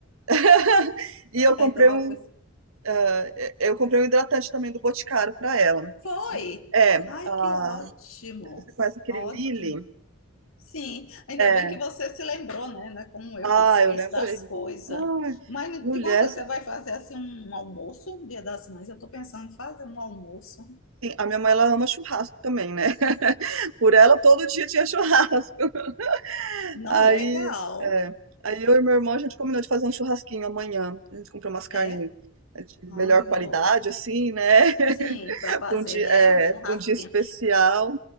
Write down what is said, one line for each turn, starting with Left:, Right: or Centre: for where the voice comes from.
Right: <laughs> E eu comprei
Left: então
Right: um,
Left: a pessoa-
Right: eh, eu comprei um hidratante também do Boticário pra ela.
Left: foi.
Right: É,
Left: Ai,
Right: ah,
Left: que ótimo.
Right: você conhece aquele
Left: Ótimo.
Right: Lily?
Left: Sim, ainda
Right: É.
Left: bem que você se lembrou, né? Não é como eu
Right: Ah,
Left: que esqueço
Right: eu lembrei.
Left: das coisas.
Right: Ai,
Left: Mas me
Right: mulher,
Left: diga uma coisa, você vai fazer assim um almoço, um Dia das Mães? Eu tô pensando em fazer um almoço.
Right: sim, a minha mãe ela ama churrasco também, né? <laughs> Por ela todo dia tinha churrasco. <laughs>
Left: Não,
Right: Aí,
Left: legal.
Right: é, aí eu e meu irmão a gente combinou de fazer um churrasquinho amanhã. A gente comprou umas carnes
Left: É.
Right: é, de
Left: Ai,
Right: melhor qualidade,
Left: eu tô.
Right: assim, né? <laughs>
Left: Sim, para fazer,
Right: Para um dia,
Left: né?
Right: é,
Left: Um churrasquinho
Right: para um dia especial.